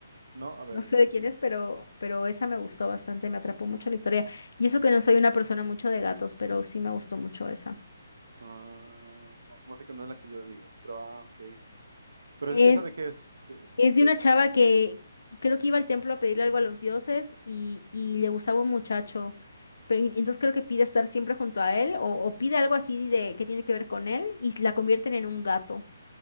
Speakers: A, on the right; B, on the left.
A: No, a ver,
B: No sé
A: es
B: de
A: que...
B: quién es, pero, pero esa me gustó bastante, me atrapó mucho la historia. Y eso que no soy una persona mucho de gatos, pero sí me gustó mucho esa.
A: ah, no, se me hace que no es la que yo digo, pero ah, ok. Pero
B: Es,
A: es- esa de qué es... de-
B: es
A: es
B: de
A: en-
B: una chava que creo que iba al templo a pedirle algo a los dioses y, y le gustaba un muchacho. Pero y- entonces creo que pide estar siempre junto a él o, o pide algo así de que tiene que ver con él y la convierten en un gato